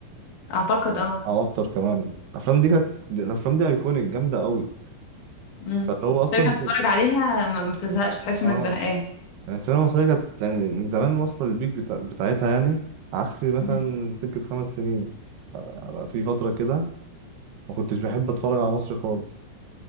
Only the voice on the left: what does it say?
اعتقد اه
امم
ترجع تتفرج عليها ما ما بتزهقش تحس
انك زهقان
مم.